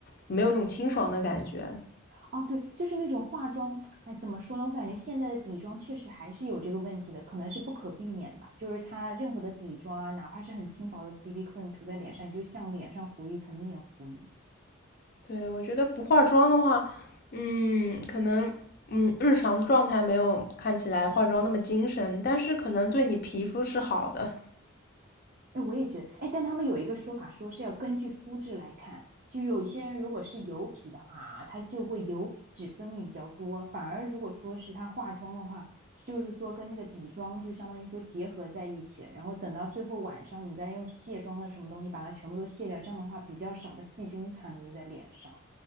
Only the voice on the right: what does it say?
哦，对，就是那种化妆，哎，怎么说呢？我感觉现在的底妆确实还是有这个问题的，可能是不可避免的吧。就是它任何的底妆啊，哪怕是很轻薄的 BB cream 涂在脸上，你就像脸上糊了一层面糊一
哎，我也觉得，哎，但他们有一个说法，说是要根据肤质来看，就有一些人如果是油皮的话啊，他就会油脂分泌比较多，反而如果说是他化妆的话，就是说跟那个底妆就相当于说结合在一起，然后等到最后晚上你再用卸妆的什么东西把它全部都卸掉，这样的话比较少的细菌残留在脸上。